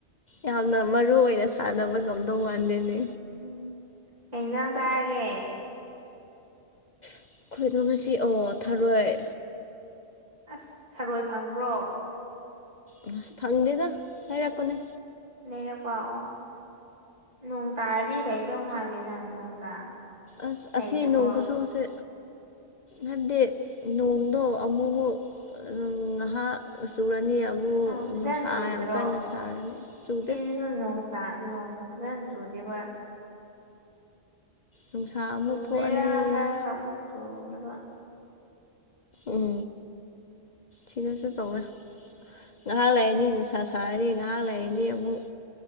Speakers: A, on the left (about 45°); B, on the right (about 35°).
A: ꯌꯥꯝꯅ ꯃꯔꯨ ꯑꯣꯏꯅ ꯁꯥꯟꯅꯕ ꯉꯝꯗꯧ ꯃꯥꯟꯗꯦꯅꯦ
B: ꯎꯝ ꯀꯩ ꯍꯦꯟꯖꯥꯡ ꯆꯥꯔꯒꯦ
A: ꯑꯩꯈꯣꯏꯗꯣ ꯉꯁꯤ ꯑꯣ ꯊꯥꯔꯣꯏ
B: ꯑꯁ ꯊꯔꯣꯏ ꯐꯪꯕ꯭ꯔꯣ
A: ꯑꯁ ꯐꯪꯗꯦꯗ ꯂꯩꯔꯛꯄꯅꯦ
B: ꯂꯩꯔꯛꯄꯥ ꯑꯣ ꯅꯣꯡ ꯇꯥꯔꯗꯤ ꯂꯩꯗꯧ ꯃꯥꯂꯦꯅ ꯅꯣꯡ ꯇꯥ
A: ꯑꯁ
B: ꯂꯩꯇꯕ꯭ꯔꯣ
A: ꯑꯁꯤ ꯅꯣꯡ ꯀꯨꯆꯨꯁꯦ ꯍꯥꯏꯕꯗꯤ ꯅꯣꯡꯗꯣ ꯑꯃꯨꯃꯨꯛ ꯑꯥ ꯉꯍꯥꯛ ꯆꯨꯔꯅꯤ ꯑꯃꯨꯛ
B: ꯑꯥ ꯐꯖꯅ
A: ꯅꯨꯡꯁꯥ
B: ꯆꯨꯗ꯭ꯔꯣ
A: ꯌꯥꯝ ꯀꯟꯅ ꯁꯥꯔꯅꯤ ꯆꯨꯗꯦ
B: ꯁꯤꯗꯁꯨ ꯅꯣꯡ ꯇꯥ ꯅꯣꯡ ꯐꯖ ꯆꯨꯗꯦꯕ
A: ꯅꯨꯡꯁꯥ
B: ꯆꯨꯕꯦꯔꯑ
A: ꯑꯃꯨꯛ ꯊꯣꯛꯑꯅꯤ
B: ꯀ ꯀꯃꯨ ꯆꯣꯕ <unintelligible>
A: ꯎꯝ ꯁꯤꯗꯁꯨ ꯇꯧꯋꯦ ꯉꯥꯏꯍꯥꯛ ꯂꯩꯔꯅꯤ ꯅꯨꯡꯁꯥ ꯁꯥꯔꯅꯤ ꯉꯥꯏꯍꯥꯛ ꯂꯩꯔꯅꯤ ꯑꯃꯨꯛ